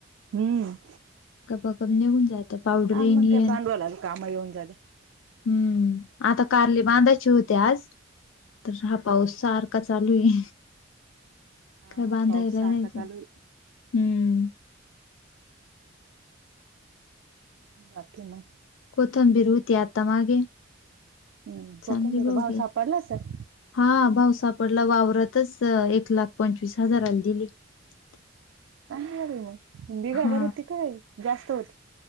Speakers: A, on the right; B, on the left.
A: हम्म.
B: कपागप नेऊन जात पावडर
A: हा
B: येनियन
A: मग काय भांडवलाला काम येऊन जाते
B: हम्म, आता कारली बांधायची होती आज तर हा पाऊस सारख चालू आहे
A: हा
B: काय बांधाला
A: पाऊस सारखा
B: नाहीच
A: चालू आहे
B: हम्म.
A: बाकी मग!
B: कोथंबीर होती आत्ता मागे.
A: हम्म
B: चांगली
A: होत मिर भाव
B: गेली
A: सापडला सर.
B: हा भाऊ सापडला वावरतच एक लाख पंचवीस हजाराला दिली. <inaudible>
A: चांग मग बिघा
B: हा.
A: भर होती काय, जास्त होती.